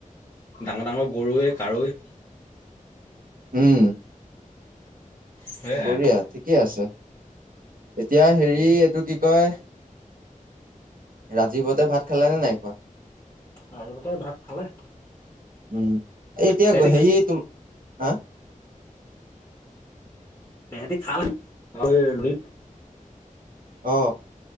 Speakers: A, on the left; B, on the right.
A: ডাঙৰ ডাঙৰ গৰৈ কাৰৈ।
B: উম।
A: সেয়াই।
B: বঢ়িয়া ঠিকে আছে। এতিয়া হেৰি এইটো কি কয় ৰাজীৱহতে ভাত খালেনে নাই খোৱা?
A: ৰাজীৱহতে ভাত খালে।
B: উম এ এতিয়া
A: তেহেতি
B: সেয়ে তুম হা <unintelligible>
A: তেহেঁতি খাল গৈ লিত
B: অ